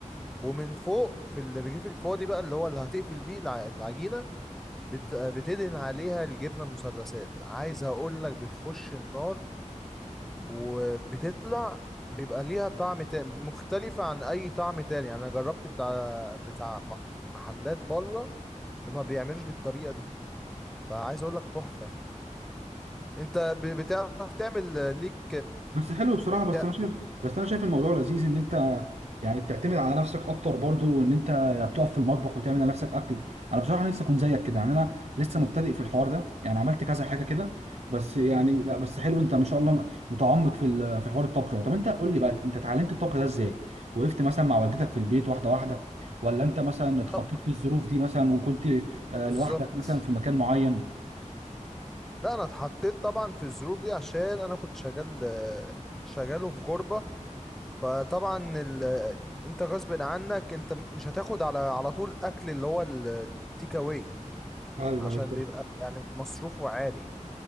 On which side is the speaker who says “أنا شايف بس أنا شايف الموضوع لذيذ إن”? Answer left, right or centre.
Right